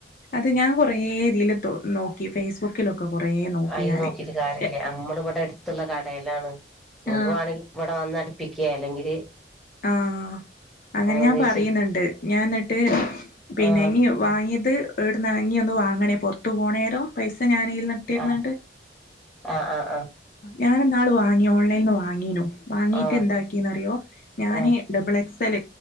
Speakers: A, on the left (about 50°); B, in the centre.
A: അത് ഞാൻ കൊറേ ഇതില് നോക്കി ഫേസ്ബുക്കിലൊക്കെ കൊറേ നോക്കി
B: അയില്
A: ഞാന്
B: നോക്കിട്ട് കാര്യല്ലേ
A: പക്ഷെ
B: നമ്മള് ഇവിടെ എടുത്തുള്ള കടയിലാണ് ഇങ്ങക്ക്
A: ആഹ്
B: വാണേൽ ഇവിടെ വന്നടു പ്പിക്കുക അല്ലെങ്കിൽ
A: ആഹ് അങ്ങനെ ഞാൻ
B: എന്ത
A: പറയുന്നുണ്ട്
B: ചെയ്
A: ഞാൻ ന്നട്ട് പിന്നെ
B: ആ
A: ഈ വാങ്ങിയത് എവിടുന്ന ഇ ഒന്ന് വാങ്ങണേ പുറത്ത് പോണേരം പൈസ ഞാനിയിൽന്ന് ഇട്ടേര്ന്നിണ്ട്
B: ആ ആ ആ ആ
A: ഞാനെ ന്നാൾ വാങ്ങി ഓൺലൈനിൽന്ന് വാങ്ങിനു വാങ്ങീട്ട്
B: ആ
A: ന്താക്കിന്നറിയോ ഞാൻ
B: ആ
A: ഡബിൾ എക്സ്ൽ